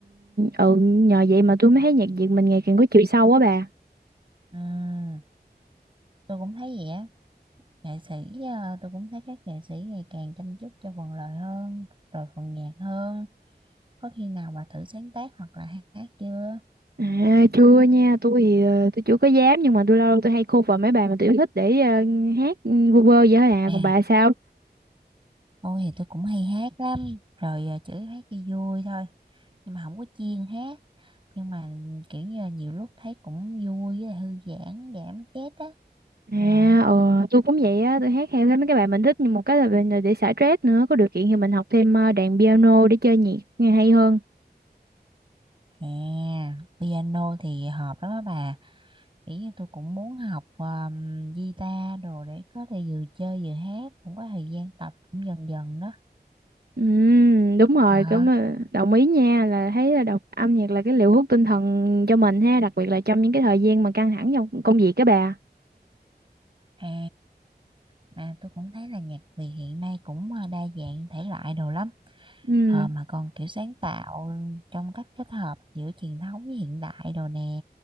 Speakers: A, on the right; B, on the right.
A: ừ nhờ vậy mà tôi mới thấy nhạc Việt mình ngày càng có chiều sâu á bà
B: Ừ, tôi cũng thấy vậy á. nghệ sĩ ờ, tôi cũng thấy các nghệ sĩ ngày càng chăm chút cho phần lời hơn rồi phần nhạc hơn có khi nào bà thử sáng tác hoặc là hát chưa
A: À, chưa nha, tôi thì ờ, tôi chưa có dám nhưng mà tôi lâu lâu tôi hay cover mấy bài mà tôi yêu thích để ờ, hát ừ, vu vơ vậy thôi à,
B: À,
A: còn bà sao?
B: tôi thì tôi cũng hay hát lắm, rồi à, chủ yếu hát cho vui thôi, nhưng mà không có chuyên hát, nhưng mà kiểu như là nhiều lúc thấy cũng vui với lại thư giãn, giảm stress á. À,
A: À, ờ, tôi cũng vậy á, tôi hát theo thấy mấy cái bài mình thích nhưng một cái là mình là để xả stress nữa, có điều kiện thì mình học thêm ờ, đàn piano để chơi nhạc nghe hay hơn.
B: à, piano thì hợp lắm á bà, kiểu như tôi cũng muốn học um, guitar đồ để có thể vừa chơi vừa hát, cũng có thời gian tập cũng dần dần đó.
A: Ừ, đúng rồi,
B: Hả?
A: cũng ờ, đồng ý nha, là thấy là đọc âm nhạc là cái liều hút tinh thần cho mình ha, đặc biệt là trong những cái thời gian mà căng thẳng trong công việc các bà.
B: À, mà tôi cũng thấy là nhạc Việt hiện nay cũng ờ, đa dạng thể loại đồ lắm.
A: Ừ.
B: Ờ, mà còn kiểu sáng tạo trong cách kết hợp giữa truyền thống với hiện đại đồ nè.